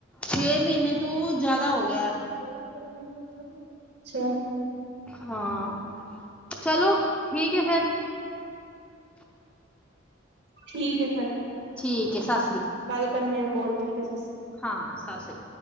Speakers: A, in the centre; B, on the right.
A: ਛੇ ਮਹੀਨੇ ਤੋ ਜ਼ਿਆਦਾ ਹੋ ਗਿਆ
B: ਅੱਛਾ
A: ਹਾਂ ਚਲੋ ਠੀਕ ਹੈ ਫਿਰ
B: ਠੀਕ ਏ ਫੇਰ
A: ਠੀਕ ਏ ਸਾਸ
B: ਕਾਲ ਕਰਨੇ ਆ ਕੋਲ। ਠੀਕ ਐ।
A: ਹਾਂ, ਸਾ ਸ੍ਰ